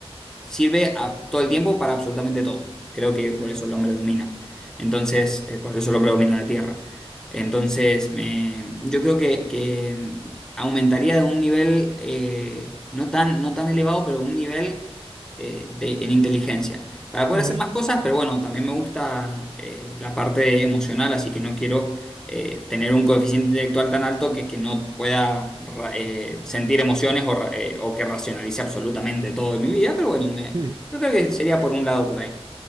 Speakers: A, in the centre; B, on the right.
A: sirve a- todo el tiempo para absolutamente todo. Creo que por
B: sí,
A: eso el hombre domina. Entonces, eh, por eso el hombre domina la Tierra. Entonces, me- yo creo que, que aumentaría de un nivel eh, no tan, no tan elevado, pero un nivel eh, de- en inteligencia. Para poder
B: ujú,
A: hacer más cosas, pero bueno, también me gusta eh, la parte emocional, así que no quiero eh, tener un coeficiente intelectual tan alto que, que no pueda ra- eh, sentir emociones o, ra- eh, o que racionalice absolutamente todo en mi vida, pero bueno, me-
B: sí,
A: yo creo que sería por un lado por ahí.